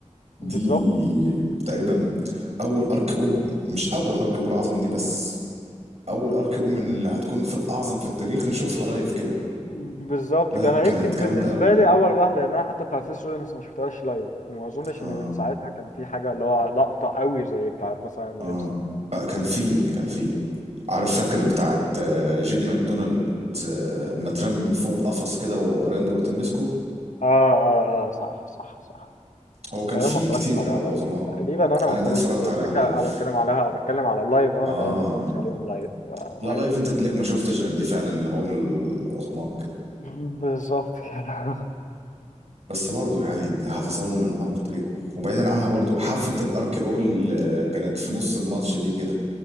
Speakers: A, on the right; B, on the left.
A: دي
B: بالظبط
A: تقريبا اول ارك اوب مش اول ارك اوب العظمه دي بس اول ارك اوب من اللي هتكون في الاعظم في التاريخ نشوفها لايف كده
B: بالظبط
A: لا
B: كده. انا
A: كانت
B: يمكن
A: جامده
B: بالنسبه
A: قوي
B: لي اول واحده يعني انا حتى بتاعت سيس رولينز ما شفتهاش لايف وما اظنش
A: اه
B: ان من ساعتها كان في حاجه اللي هو لقطه قوي زي بتاعت مثلا
A: اه
B: جون سينا
A: آه، كان في كان في عارف فاكر بتاعت آه، جيدي ماكدونالد آه، ما اترمى من فوق القفص كده وراندي اورتن مسكه
B: اه اه اه صح صح صح
A: هو
B: بس
A: كان
B: تقريبا
A: فيه
B: ما اتفرجتش
A: كتير
B: عليها
A: عظماء
B: لايف تقريبا انا
A: انا
B: ما اتفرجت
A: دي اتفرجت
B: الفكره
A: عليها لايف
B: انا بتكلم عليها بتكلم على اللايف انا
A: اه
B: تقريبا ما اتفرجتش عليهم لايف آه.
A: لا لايف انت تليك ما شفتش غير دي فعلا اللي هو من العظماء كده
B: بالظبط كده <laughs>
A: بس برضو يعني دي هتظل من اعظم التاريخ وبعيدا عنها برضو حفلة الارك اول آه، كانت في نص الماتش دي كده